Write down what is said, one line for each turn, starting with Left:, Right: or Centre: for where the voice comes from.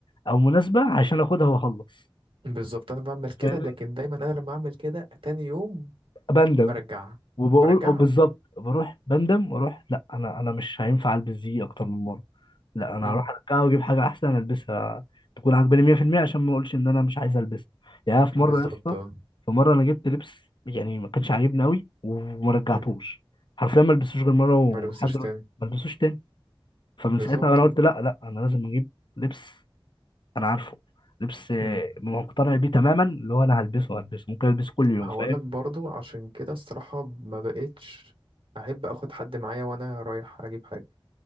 Left: او مناسبه عشان اخدها واخلص
Right: بالظبط أنا بعمل كده
Left: فاهمني
Right: لكن دايما أنا لما أعمل كده تاني يوم
Left: بندم
Right: برجعها
Left: وبقول
Right: برجعها
Left: او بالظبط بروح بندم واروح لا انا انا مش هينفع البس دي اكتر من مره لا انا
Right: مم.
Left: هروح ارجعها واجيب حاجه احسن البسها تكون عاجباني 100% عشان ما اقولش ان انا مش عايز البسها يعني أنا في
Right: بالظبط
Left: مره يا اسطى
Right: اه
Left: في مره انا جبت لبس يعني ما كانش عاجبني قوي وما رجعتوش
Right: مم.
Left: حرفيا ما لبسوش غير مره ولحد
Right: ما لبسش
Left: دلوقتي
Right: تاني
Left: ما لبسوش تاني فمن
Right: بالظبط
Left: ساعتها انا
Right: اه
Left: قلت لا لا انا لازم اجيب لبس انا عارفه لبس آه،
Right: مم.
Left: مقتنع بيه تماما اللي هو انا هلبسه هلبسه ممكن البسه كل يوم
Right: هقول
Left: فاهم
Right: لك برضو عشان كده الصراحة ما بقتش أحب أخد حد معايا وأنا رايح أجيب حاجة